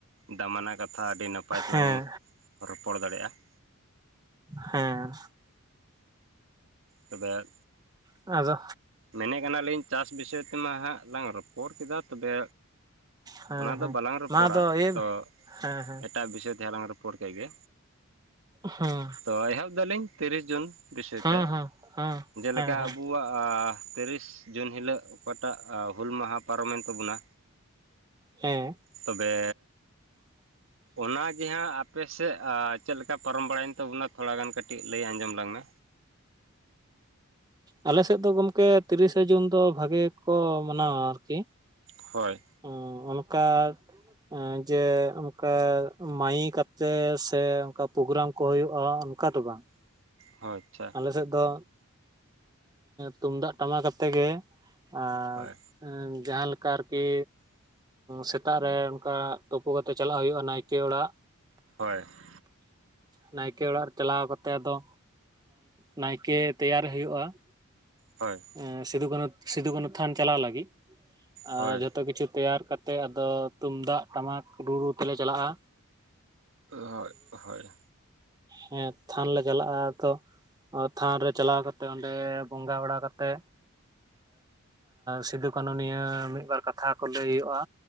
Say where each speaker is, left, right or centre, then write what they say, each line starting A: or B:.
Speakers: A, on the right; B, on the right.
A: ᱫᱟᱢᱟᱱᱟ ᱠᱟ ᱛᱷᱟ ᱟᱹᱰᱤ ᱱᱟᱯᱟᱭ
B: ᱦᱮᱸ
A: ᱛᱮᱞᱟᱝ ᱨᱚᱯᱚᱲ ᱫᱟᱲᱮᱜᱼᱟ ᱾
B: ᱦᱮᱸ
A: ᱛᱚᱵᱮ
B: ᱟᱫᱚ
A: ᱢᱮᱱᱮᱜ ᱠᱟᱱᱟᱞᱤᱧ ᱪᱟᱥ ᱵᱤᱥᱚᱭ ᱛᱮᱢᱟ ᱦᱟᱸᱜ ᱞᱟᱝ ᱨᱚᱯᱚᱲ ᱠᱮᱫᱟ ᱛᱚᱵᱮ
B: ᱦᱮᱸ
A: ᱚᱱᱟ ᱫᱚ
B: ᱦᱮᱸ
A: ᱵᱟᱞᱟᱝ ᱨᱚᱯᱚᱲᱟ
B: ᱢᱟ ᱟᱫᱚ ᱤᱭᱟᱹᱭ
A: ᱛᱚ
B: ᱢᱮ ᱦᱮᱸ ᱦᱮᱸ
A: ᱮᱴᱟᱜ ᱵᱤᱥᱚᱭ ᱛᱮ ᱞᱟᱝ ᱨᱚᱯᱚᱲ ᱠᱮᱜ ᱜᱮ?
B: ᱦᱩᱸ ᱾
A: ᱛᱚ ᱮᱦᱚᱵᱫᱟᱹᱞᱤᱧ ᱛᱤᱨᱤᱥ ᱡᱩᱱ ᱵᱤᱥᱚᱭ
B: ᱦᱩᱸ
A: ᱛᱮ
B: ᱦᱩᱸ ᱦᱩᱸ
A: ᱡᱮᱞᱮᱠᱟ
B: ᱦᱮᱸ ᱦᱮᱸ
A: ᱟᱵᱚᱣᱟᱜ ᱟ ᱛᱤᱨᱤᱥ ᱡᱩᱱ ᱦᱤᱞᱳᱜ ᱚᱠᱟᱴᱟᱜ ᱦᱩᱞ ᱢᱟᱦᱟ ᱯᱟᱨᱚᱢᱮᱱ ᱛᱟᱵᱚᱱᱟ᱾
B: ᱦᱮᱸ ᱾
A: ᱛᱚᱵᱮ
B: <unintelligible>
A: ᱚᱱᱟᱜᱮ ᱦᱟᱸᱜ ᱟᱯᱮ ᱥᱮᱫ ᱪᱮᱫ ᱞᱮᱠᱟ ᱯᱟᱨᱚᱢ ᱵᱟᱲᱟᱭᱮᱱ ᱛᱟᱵᱚᱱᱟ ᱛᱷᱚᱲᱟ ᱜᱟᱱ ᱠᱟᱹᱴᱤᱡ ᱞᱟᱹᱭ ᱟᱸᱡᱚᱢ ᱟᱞᱟᱝ ᱢᱮ᱾
B: ᱟᱞᱮ ᱥᱮᱫ ᱫᱚ ᱜᱚᱢᱠᱮ ᱛᱤᱨᱤᱥᱮ ᱡᱩᱱ ᱫᱚ ᱵᱷᱟᱜᱮ ᱜᱮᱠᱚ ᱢᱟᱱᱟᱣᱟ ᱟᱨᱠᱤ
A: ᱦᱚᱭ ᱾
B: ᱚ ᱚᱱᱠᱟ ᱮᱸ ᱡᱮ ᱚᱱᱠᱟ ᱢᱟᱭᱤᱠ ᱠᱟᱛᱮᱜ ᱥᱮ ᱚᱱᱠᱟ ᱯᱨᱳᱜᱨᱟᱢ ᱠᱚ ᱦᱳᱭᱳᱜᱼᱟ ᱚᱝᱠᱟ ᱫᱚ ᱵᱟᱝ᱾
A: ᱦᱚ ᱟᱪᱪᱷᱟ᱾
B: ᱟᱞᱮ ᱥᱮᱫ ᱫᱚ ᱛᱩᱢᱫᱟᱜ ᱴᱟᱢᱟᱠ ᱟᱛᱮ ᱜᱮ ᱟᱨ
A: ᱦᱳᱭ
B: ᱟᱸ ᱡᱟᱦᱟ ᱞᱮᱠᱟ ᱟᱨᱠ ᱠᱤ ᱥᱮᱛᱟᱜ ᱨᱮ ᱚᱱᱠᱟ ᱛᱳᱯᱩ ᱠᱟᱛᱮᱜ ᱪᱟᱞᱟᱜ ᱦᱳᱭᱳᱜᱼᱟ ᱱᱟᱭᱠᱮ ᱚᱲᱟᱜ᱾
A: ᱦᱳᱭ ᱾
B: ᱱᱟᱭᱠᱮ ᱚᱲᱟᱜ ᱨᱮ ᱪᱟᱞᱟᱣ ᱠᱟᱛᱮ ᱟᱫᱚ ᱱᱟᱭᱠᱮ ᱛᱮᱭᱟᱨ ᱦᱳᱭᱳᱜᱼᱟ ᱾
A: ᱦᱳᱭ᱾
B: ᱮᱸ ᱥᱤᱫᱩ ᱠᱟᱹᱱᱩ ᱥᱤᱫᱩ ᱠᱟᱹᱱᱩ ᱛᱷᱟᱱ ᱪᱟᱞᱟᱣ ᱞᱟᱹᱜᱤᱫ ᱟᱸ
A: ᱦᱳᱭ
B: ᱡᱷᱚᱛᱚ ᱠᱤᱪᱷᱩ ᱛᱮᱭᱟᱨ ᱠᱟᱛ ᱛᱮ ᱟᱫᱚ ᱛᱩᱢᱫᱟᱜ ᱴᱟᱢᱟᱠ ᱨᱩ ᱨᱩ ᱛᱮᱞᱮ ᱪᱟᱞᱟᱜᱼᱟ᱾
A: ᱦᱚ ᱦᱚᱭ ᱾
B: ᱦᱮᱸ ᱛᱷᱟᱱ ᱞᱮ ᱪᱟᱞᱟᱜᱼᱟ ᱛᱚ ᱛᱷᱟᱱ ᱨᱮ ᱪᱟᱞᱟᱣ ᱠᱟᱛᱮᱜ ᱚᱸᱰᱮ ᱵᱚᱸᱜᱟ ᱵᱟᱲᱟ ᱠᱟᱛᱮ᱾ ᱛᱮ ᱥᱤᱫᱩ ᱠᱟᱹᱱᱩ ᱱᱤᱭᱟᱹ ᱢᱤᱫᱵᱟᱨ ᱠᱟᱛᱷᱟ ᱠᱚ ᱞᱟᱹᱭ ᱦᱩᱭᱩᱜ-ᱟ᱾